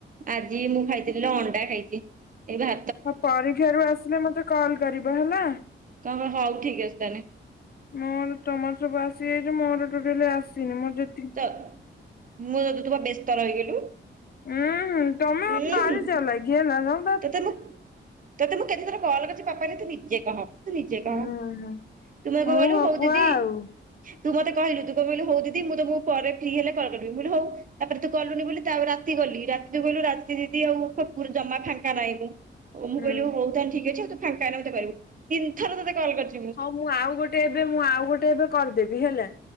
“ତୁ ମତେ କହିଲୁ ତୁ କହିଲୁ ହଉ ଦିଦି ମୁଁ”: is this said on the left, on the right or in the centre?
Right